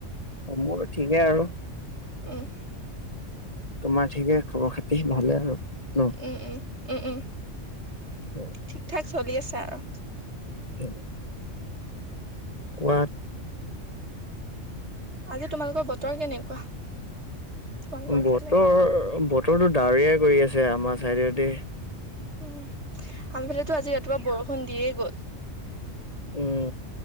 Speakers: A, on the left; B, on the right.
A: অ' মোৰ ঠিকেই আৰু।
B: উম।
A: তোমাৰ ঠিকে খবৰ খাতি ভালে? আৰু ন?
B: উম উম। উম উম।
A: উ
B: ঠিক ঠাক চলি আছে আৰু।
A: হেল্ল' কোৱা।
B: আজি তোমালোকৰ বতৰ কেনেকুৱা? তোমালোকৰ
A: বহুতৰ
B: ফালে?
A: বহুত বতৰটো ডাৱৰীয়াই কৰি আছে আমাৰ চাইদেউ দেই।
B: উম। আমফালেতো আজি ৰাতিপুৱা বৰষু দিয়ে। <inaudible>
A: উম